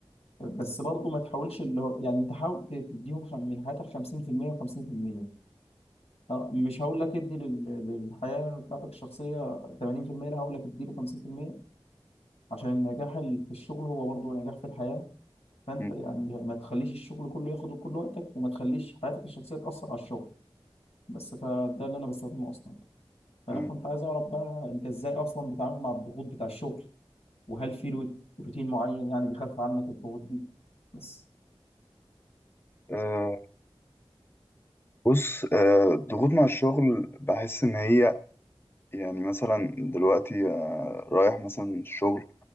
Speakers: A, on the left; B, on the left.
A: بس برضه ما تحاولش اللي هو يعني انت حاول ت- تديهم خم- من حياتك 50% و50% آه، مش هقول لك ادي لل- للحياه بتاعتك الشخصيه 80% لا هقول لك ادي له 50% عشان النجاح ال- في الشغل هو برضه نجاح في الحياه فانت
B: م-
A: يعني ما تخليش الشغل كله ياخد كل وقتك وما تخليش حياتك الشخصيه تاثر على الشغل بس فده اللي انا بستخدمه اصلا فانا
B: م.
A: كنت عايز اعرف بقى انت ازاي اصلا بتتعامل مع الضغوط بتاع الشغل وهل في رو- روتين معين يعني بيخفف عنك الضغوط دي بس
B: أه بص أه الضغوط مع الشغل بحس ان هي يعني مثلا دلوقتي آه، رايح مثلا الشغل